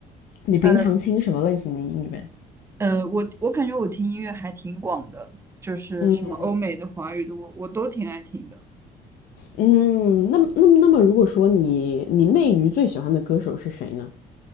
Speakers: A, on the left; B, on the right.
A: 你平常听什么类型的音乐？
B: 呃呃，我我感觉我听音乐还挺广的，就是什么欧美的、
A: 嗯
B: 华语的，我我都挺爱听的。
A: 嗯，那么那么那么，如果说你你内娱最喜欢的歌手是谁呢？